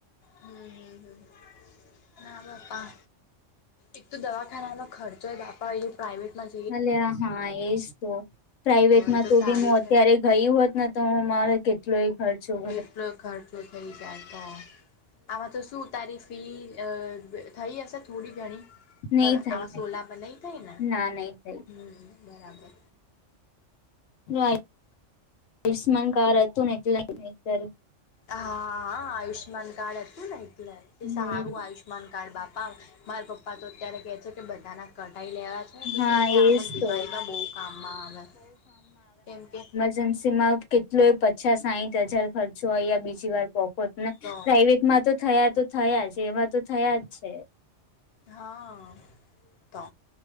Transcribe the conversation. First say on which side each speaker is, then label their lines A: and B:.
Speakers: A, on the left; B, on the left.
A: હમ હમ હમ ના બાપા એક તો દવાખાના ન ખર્ચો હોય બાપા એયુ પ્રાવેટમાં
B: હ હા એજ તો પ્રાઈવેટમાં
A: એ
B: તો
A: સારું
B: બી હું
A: છે
B: અત્યારે ગયું હોત ને તો હું મારે કેટ એટલોય ઘર છું
A: એટલો ખર્ચો થઈ જાય તો આમાં તો શું તારીફી અ થઈ હશે થોડી ઘણી
B: નહી થઈ
A: આવા
B: નહી
A: સોલા પ લય થાયને
B: ના નહી થઈ
A: હમ બરાબર
B: આયુષમાન કાર અતુંને એટલાાર
A: હા આયુષમાન કાર્ડ હતું ને એટલે
B: હમ
A: એ સારું આયુષમાન આયમાન કાર્ડ બાપા મારા પપ્પા તો અત્યારે કહે છે કે બધાના કટાઈ લેવા છે તો
B: હા
A: શું છે આમાં
B: એજ
A: બીમારીમાં
B: તો
A: બહ કામમાં આવે કેમકે
B: કેટ પચાસ સા હજાર ખર્ચો બી વાર
A: તો
B: પેટમાં તો થયા તો થયા છે એમાં તો થયા જ છે
A: હા તો